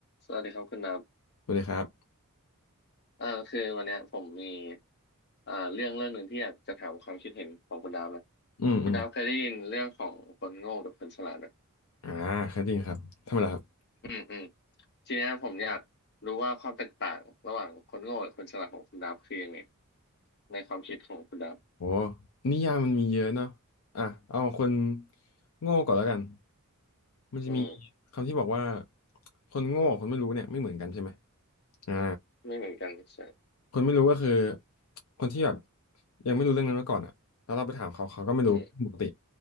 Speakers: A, on the left; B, on the left.
A: สวัสดีครับคุณนับ
B: สวัสดีครับ
A: อ่าคือวันเนี้ยผมมีอ่าเรื่องเรื่องหนึ่งที่อยากจะถามความคิดเห็นของคุณดาวนะ
B: อืมอืม
A: คุณดาวเคยได้ยินเรื่องของคนโง่กับคนฉลาดไหม
B: อ่าครับจริงครับทำไมล่ะครับ
A: อืมอืมทีเนี้ยผมอยากรู้ว่าความแตกต่างระหว่างคนโง่กับคนฉลาดของคุณดาวคือยังไงในความคิดของคุณดาว
B: โอ้นิยามมันมีเยอะเนาะอ่ะเอาคนโง่ก่อนแล้วกันมันจะมี
A: อืม
B: คำที่บอกว่าคนโง่กับคนไม่รู้เนี่ยไม่เหมือนกันใช่ไหมอ่า
A: ไม่เหมือนกันใช่
B: คนไม่รู้ก็คือคนที่แบบยังไม่รู้เรื่องนั้นมาก่อนอ่ะแล้วเราไปถามเขาเขาก็ไม่รู้ปกติ
A: อืม